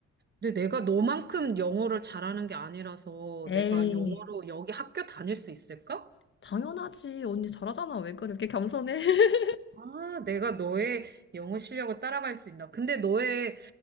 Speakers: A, on the right; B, on the left.
A: 근데 내가 너만큼 영어를 잘하는 게 아니라서
B: 에이,
A: 내가 영어로 여기 학교 다닐 수 있을까?
B: 당연하지. 언니 잘하잖아. 왜 그래? 이렇게 겸손해? <laughs>
A: 아, 내가 너의 영어 실력을 따라갈 수 있나? 근데 너의,